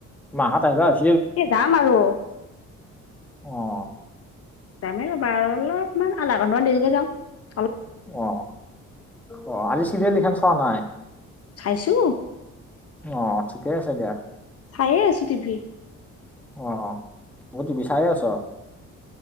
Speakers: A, in the centre; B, on the left (about 50°).
A: মাত আহাই
B: এ যাম আৰু
A: অঁ
B: যামেই ৰ'বা অলপমান আধা ঘণ্টামান দেৰিকে যাওঁ
A: আহ আহ আজি চিলিয়েলিখন চোৱা নাই
B: চাইছো
A: আহ ঠিকেই আছে দিয়া
B: চায়ে আছো টিভি
A: অ বতো বিচাৰে আছ